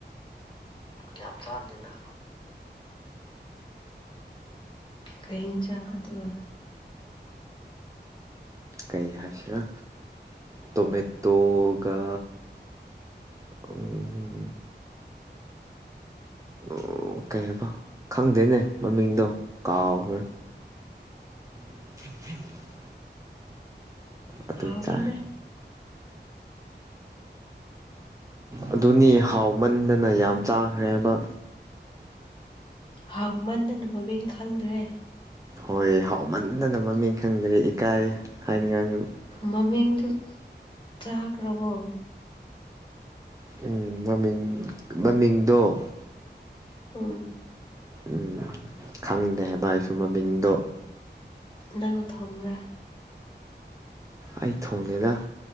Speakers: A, on the left; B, on the right.
A: ꯌꯥꯝ ꯆꯥꯟꯗꯦꯅ ꯀꯩ ꯏꯟꯆꯥꯡ ꯑꯗꯨꯒ
B: ꯀꯩ ꯍꯥꯏꯁꯤꯔꯥ ꯇꯣꯃꯦꯇꯣꯒ ꯎꯝ ꯑꯣ ꯀꯩ ꯍꯥꯏꯕ ꯈꯪꯗꯦꯅꯦ ꯃꯃꯤꯡꯗꯣ ꯀꯥꯎꯒ꯭ꯔꯦ <inaudible> ꯑꯗꯨ
A: ꯐꯥꯎꯕꯅ
B: ꯆꯥꯏ ꯑꯗꯨꯅꯤ ꯍꯥꯎꯃꯟꯗꯅ ꯌꯥꯝ ꯆꯥꯈ꯭ꯔꯦꯕ
A: ꯍꯥꯎꯃꯟꯗꯅ ꯃꯃꯤꯡ ꯈꯪꯗ꯭ꯔꯦ
B: ꯍꯣꯏ ꯍꯥꯎꯃꯟꯗꯅ ꯃꯃꯤꯡ ꯈꯪꯗ꯭ꯔꯤ ꯏꯀꯥꯏ ꯍꯥꯏꯅꯤꯡꯉꯥꯏꯁꯨ
A: ꯃꯃꯤꯡꯗꯨ ꯆꯥꯒ꯭ꯔꯥꯕꯣ
B: ꯎꯝ ꯃꯃꯤꯡ ꯃꯃꯤꯡꯗꯣ
A: ꯎꯝ
B: ꯎꯝ ꯈꯪꯗꯦ ꯍꯥꯏꯕ ꯑꯩꯁꯨ ꯃꯃꯤꯡꯗꯣ
A: ꯅꯪꯅ ꯊꯣꯡꯕ꯭ꯔꯥ
B: ꯑꯩ ꯊꯣꯡꯗꯦꯗ